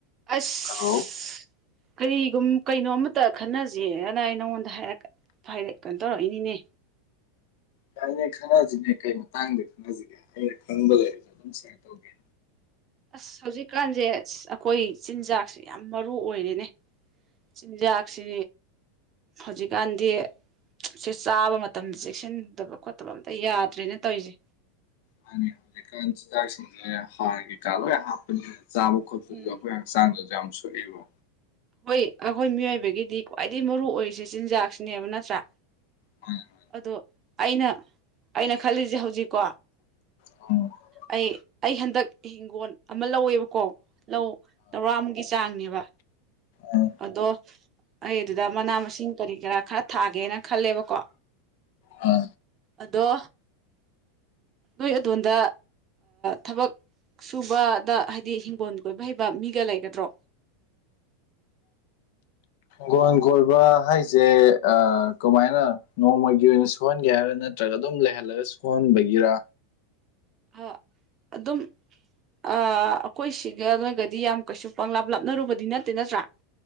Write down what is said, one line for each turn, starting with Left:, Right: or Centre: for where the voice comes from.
Right: ꯑꯁ
Left: ꯍꯜꯂꯣ
Right: ꯑ ꯀꯔꯤꯒꯨꯝ ꯀꯩꯅꯣ ꯑꯃꯇ ꯈꯟꯅꯁꯦꯅ ꯑꯩ ꯅꯪꯉꯣꯟꯗ ꯍꯥꯏꯔꯛꯀꯦ ꯐꯔꯦ ꯀꯩꯅꯣ ꯇꯧꯔꯛ ꯏꯅꯤꯅꯦ
Left: ꯌꯥꯅꯦ ꯈꯟꯅꯁꯤꯅꯦ ꯀꯩ ꯃꯇꯥꯡꯗ ꯈꯟꯅꯁꯤꯒꯦ ꯑꯩꯅ ꯈꯪꯕ ꯂꯩꯔꯁꯨ ꯑꯗꯨꯝꯌꯔ ꯇꯧꯒꯦ
Right: ꯑꯁ ꯍꯧꯖꯤꯛꯀꯥꯟꯁꯦ ꯑꯩꯈꯣꯏ ꯆꯤꯟꯖꯥꯛꯁꯦ ꯌꯥꯝ ꯃꯔꯨ ꯑꯣꯏꯔꯦꯅꯦ ꯆꯤꯟꯖꯥꯛꯁꯤ ꯍꯧꯖꯤꯛꯀꯥꯟꯗꯤ ꯁꯤ ꯆꯥꯕ ꯃꯇꯝ ꯆꯦꯛꯁꯤꯟꯗꯕ ꯈꯣꯠꯇꯕ ꯑꯝꯇ ꯌꯥꯗ꯭ꯔꯦꯅ ꯇꯧꯔꯤꯁꯦ
Left: ꯑ ꯍꯧꯖꯤꯛꯀꯥꯟ ꯆꯤꯟꯖꯥꯛꯁꯤꯡꯁꯦ ꯍꯥꯔ ꯀꯩꯀꯥ ꯂꯣꯏ ꯍꯥꯞꯄꯅꯤꯅ ꯆꯥꯕ ꯈꯣꯠꯄꯗꯨꯁꯨ
Right: ꯎꯝ
Left: ꯑꯩꯈꯣꯏ ꯍꯛꯆꯥꯡꯗꯁꯨ ꯌꯥꯝ ꯁꯣꯛꯑꯦꯕ
Right: ꯍꯣꯏ ꯑꯩꯈꯣꯏ ꯃꯤꯑꯣꯏꯕꯒꯤꯗꯤ ꯈ꯭ꯋꯥꯏꯗꯒꯤ ꯃꯔꯨ ꯑꯣꯏꯔꯤꯁꯦ ꯆꯤꯟꯖꯥꯛꯁꯤꯅꯦꯕ ꯅꯠꯇ꯭ꯔꯥ
Left: ꯍꯣꯏ
Right: ꯑꯗꯣ ꯑꯩꯅ ꯑꯩꯅ ꯈꯜꯂꯤꯁꯦ ꯍꯧꯖꯤꯛꯀꯣ
Left: ꯑ
Right: ꯑꯩ ꯑꯩ ꯍꯟꯗꯛ ꯏꯤꯡꯒꯣꯜ ꯑꯃ ꯂꯧꯋꯦꯕꯀꯣ ꯂꯧ ꯇꯔꯥꯃꯨꯛꯀꯤ ꯆꯥꯡꯅꯦꯕ
Left: ꯎꯝ
Right: ꯑꯗꯣ ꯑꯩ ꯑꯗꯨꯗ ꯃꯅꯥ ꯃꯁꯤꯡ ꯀꯔꯤ ꯀꯔꯥ ꯈꯔ ꯊꯥꯒꯦꯅ ꯈꯜꯂꯦꯕꯀꯣ
Left: ꯍ
Right: ꯑꯗꯣ ꯅꯣꯏ ꯑꯗꯣꯣꯟꯝꯗ ꯊꯕꯛ ꯁꯨꯕꯗ ꯍꯥꯏꯗꯤ ꯍꯤꯡꯒꯣꯜ ꯀꯣꯏꯕ ꯍꯩꯕ ꯃꯤꯒ ꯂꯩꯒꯗ꯭ꯔꯣ
Left: ꯀꯣꯟ ꯀꯣꯏꯕ ꯍꯥꯏꯁꯦ ꯀꯃꯥꯏꯅ ꯅꯣꯡꯃꯒꯤ ꯑꯣꯏꯅ ꯁꯍꯣꯟꯒꯦ ꯍꯥꯏꯔꯥ ꯅꯠꯇ꯭ꯔꯒ ꯑꯗꯨꯝ ꯂꯩꯍꯜꯂꯒ ꯁꯣꯟꯕꯒꯤꯔ
Right: ꯑ ꯑꯗꯨꯝ ꯑ ꯑꯩꯈꯣꯏ ꯁꯤꯒ ꯅꯣꯏꯒꯗꯤ ꯌꯥꯝ ꯀꯩꯁꯨ ꯄꯪꯂꯥꯞ ꯂꯥꯞꯅꯔꯨꯕꯗꯤ ꯅꯠꯇꯦ ꯅꯠꯇ꯭ꯔꯥ